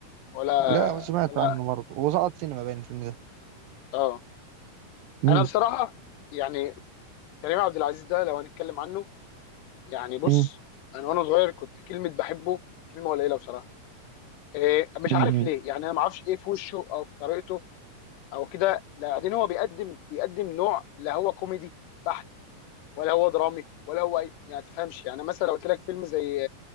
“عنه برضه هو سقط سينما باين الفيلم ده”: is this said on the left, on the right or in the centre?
Right